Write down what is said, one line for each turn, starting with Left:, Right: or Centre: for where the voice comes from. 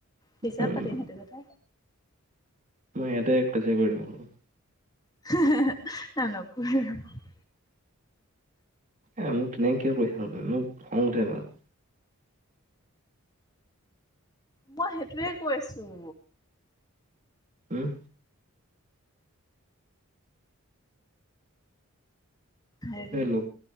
Left: পিছত
Right: উম
Left: পাতিম সেইটো কথা।
Right: <unintelligible>
Left: <unintelligible>
Right: আৰু মোক তেনেকে কিয় কৰিছানো তুমি মোক, খং উঠে বোলো।
Left: মই সেইটোয়ে কৈছোঁ।
Right: হম।
Left: হেৰি
Right: লগ